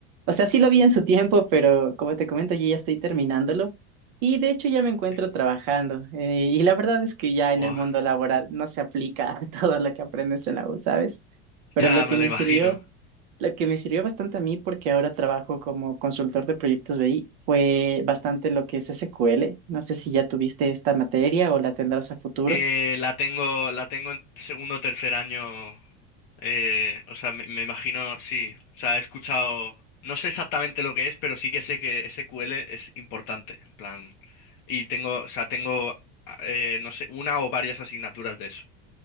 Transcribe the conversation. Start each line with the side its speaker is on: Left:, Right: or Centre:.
Right: o sea, sí lo vi en su tiempo, pero como te comento, yo ya estoy terminándolo y de hecho ya me encuentro
Left: sí.
Right: trabajando. Eh, y la verdad es que ya
Left: Buah,
Right: en el mundo laboral no se aplica <laughs> todo lo que aprendes en la U, ¿sabes?
Left: <laughs>
Right: Pero
Left: ya
Right: lo
Left: me
Right: que
Left: lo
Right: me
Left: imagino.
Right: sirvió, lo que me sirvió bastante a mí porque ahora trabajo como consultor de proyectos B i, fue bastante lo que es SQL. No sé si ya tuviste esta materia o la tendrás a futuro.
Left: Eh, la tengo, la tengo en segundo o tercer año. eh, o sea, me, me imagino, sí. O sea, he escuchado. No sé exactamente lo que es, pero sí que sé que SQL es importante. En plan. Y tengo, o sea, tengo, eh, no sé, una o varias asignaturas de eso.